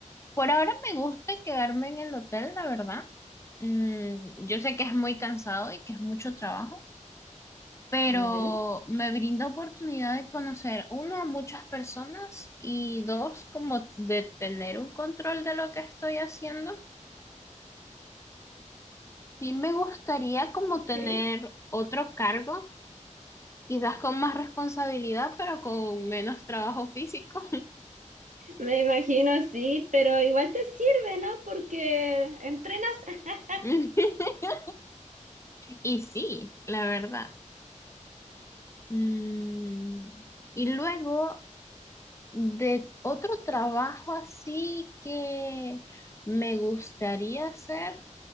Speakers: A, on the left (about 20°); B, on the right (about 75°).
A: Por ahora me gusta quedarme en el hotel, la verdad. Mm, yo sé que es muy cansado y que es mucho trabajo. pero
B: Ujú,
A: me brindó oportunidad de conocer, uno, a muchas personas y dos, como de tener un control de lo que estoy haciendo. Sí me gustaría como
B: ok.
A: tener otro cargo, quizás con más responsabilidad, pero con menos trabajo físico.
B: Me imagino, sí, pero igual te sirve, ¿no? Porque entrenas. <laughs>
A: <laughs> Y sí, la verdad. Mm, Y luego de otro trabajo así que me gustaría hacer.